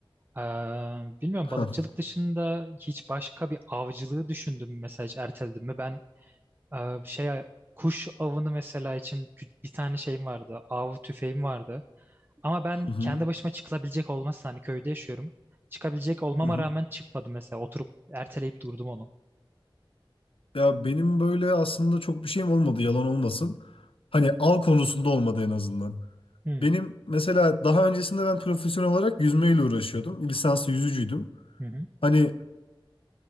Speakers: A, on the right; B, on the left.
A: Ee, bilmiyorum
B: Ha.
A: balıkçılık dışında hiç başka bir avcılığı düşündüm mü? mesela hiç erteledim mi? Ben e, şey kuş avını mesela için gü- bir tane şeyim vardı av tüfeğim vardı. Ama ben
B: Hı hı.
A: kendi başıma çıkılabilecek olmasın hani köyde yaşıyorum. Çıkabilecek olmama
B: Hı hı.
A: rağmen çıkmadım mesela oturup erteleyip durdum onu.
B: Ya benim böyle aslında çok bir şeyim olmadı, yalan olmasın. Hani av konusunda olmadı en azından.
A: Hmm,
B: Benim mesela daha öncesinde ben profesyonel olarak yüzmeyle uğraşıyordum. Lisanslı yüzücüydüm.
A: Hı hı.
B: Hani